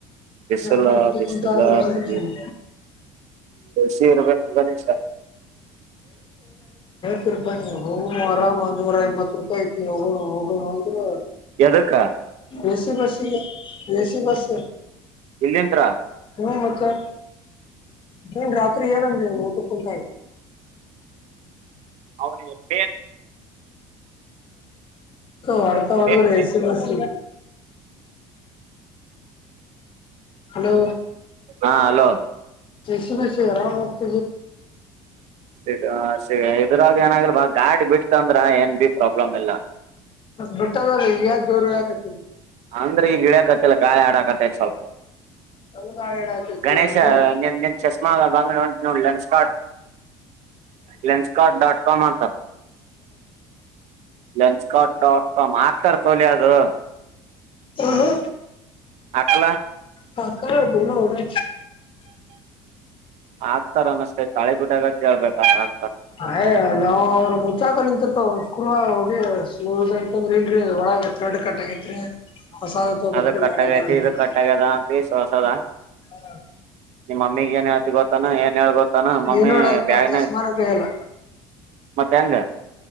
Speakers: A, on the right; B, on the left.
A: ಬಿಸಲಾ
B: ಯಾರ ಅಂಟಿಕೊಂತಾರ
A: ಬಿಸಲ್ಲ
B: ಲೋನ್
A: ಕೊುದ ಸರಬೇಕು ಗಣೇಶ
B: ಹ ರೂಪಾಯಿಿ ಹೋಗೋಣ ಆರಾಮ ನೂರ ಎಂಬತ್ತು ರೂಪಾಯಿ ಐತಿ ಹೋಗ ಹೋಗಣ ಅಂದ್ರರು
A: ಎದಕ್ಕಾ
B: ಎಸಿ ಬಸ್ ಎಸಿ ಬಸ್
A: ಎಲ್ಂತ
B: ಸಹಮತೆ ನೀನ್ ರಾತ್ರಿ ಏನಂದ ಊಟ ಕುಂತಾಯ
A: ಅವನಿಗೆ ಬೆೇನ್
B: ಒಡಕ ಮಾಡಕ
A: ಪೇನ್ ಪೇನ್
B: ಸ ಬಸ್ ಹಲೋ
A: ಹಾ ಹಲೋ
B: ಸ ಬಸಿ ಆರಾಮ ಒಕ್ತ
A: ಸಿ ಸಿ ಇದ್ರಾಗ ಏನಾಗಿಲ್ವಾ ಗಾಡ್ ಬಿಡ್ತ ಅಂದ್ರ ಏನ್ ಬಿ ಪ್ರಾಬ್ಲಮ್ ಇಲ್ಲ
B: ಬರ್ತದಲ್ಲ ಯ ಜೋರುಗಳು ಹಾಕತ್ತನ
A: ಅಂದ್ರೆ ಈಗ ಗಿಡಿಯಕತ್ತಲ್ಲ ಕಾಾಯಿ ಆಡಕತ್ತ ಸ್ವಲ್ಪ
B: ಹಂಗ ಹಾಳ್ ಇಡಾಕತ್ತಿ
A: ಗಣೇಶ
B: ಹಂಗ
A: ನಿನ್ ನಿನ್ ಚಸ್ಮಾಲ್ಲ ಬಂಗಳ ಉಂಟ ನೋಡ್ಲನ್ ಸ್ಟಾ್ಟ ಲಂಚ್ಕಾರಾ್ಟ ಡಾಟ್ ಕಾಮ್ ಅಂತ ನ್ಸ್ಕಾಟ್ ಡಾಟ್ ಕಾಮ್ ಹಾಕ್ತಾರೆ ತೊಲೆ ಅದು
B: ಹ್ಮ
A: ಅಟ್ಲ
B: ಹಾಕ ಪೂರ ಹದ
A: ಹಾಗ್ತಾರ ಅನಸ್್ಕ ತಾಳೆ ಗುಟಾಗ ಕೇಳ್ಬೇಕ ಆಗ್ತಾರ
B: ಅಯ್ ನಾವ ಅವ್ರರು ಮುಚ್ಚಾಕ ನಿಂತಿರ್ತವ ಸ್ಕೂಲ್ ಹೋಗಿ ಸ್ ಐತಂದ್ರಿ ಇಲ್ರಿ ಒಳಗ ದಡ್ ಕಟ್ ಆಗೈತ್ರಿ ಹೊಸಾದ ತಬತ್ರಿ
A: ಅದು ಕಟ್ಟಾಗೈತಿ
B: ಮಕ್ ಬರಲ್ಲ
A: ಇದು
B: ಅಂತ
A: ಕಟ್ಟಾಗ್ಯದ ಅಂತ ಸೋಸದ
B: ಹಾ
A: ನಿಮ್ ಮಮ್ಮಿಗ್ ಏನ್ ಹೇಳ್ತಿ ಗೊತ್ತಾನ ಏನ್ ಹೇಳ್ ಗೊತ್ತಾನ ಮಮ್ಮಿ
B: ಏನ್ ನೋಡಲ್ಪ
A: ಬ್ಯಾಗ್ನೆ
B: ಚಸ್ಮಾನ
A: ಇ
B: ತೆಗಲ್ಲ
A: ಮತ್ತೆ ಹೆಂಗ